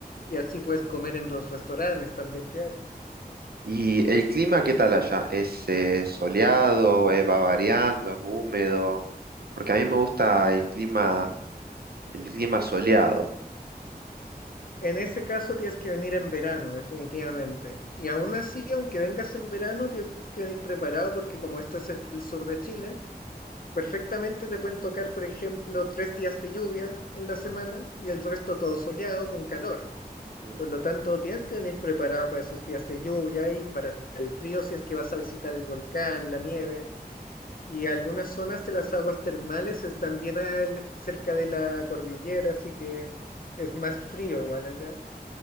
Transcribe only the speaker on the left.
y así puedes comer en los restaurantes también que hay.
En ese caso tienes que venir en verano, definitivamente. Y aún así, aunque vengas en verano, tienes que venir preparado porque como esto es el sur de Chile, perfectamente te pueden tocar, por ejemplo, tres días de lluvia en la semana y el resto todo soleado con calor.
Por lo tanto, tienes que venir preparado para esos días de lluvia y para el frío si es que vas a visitar el volcán, la nieve. Y algunas zonas de las aguas termales están bien al- cerca de la cordillera, así que es más frío igual allá.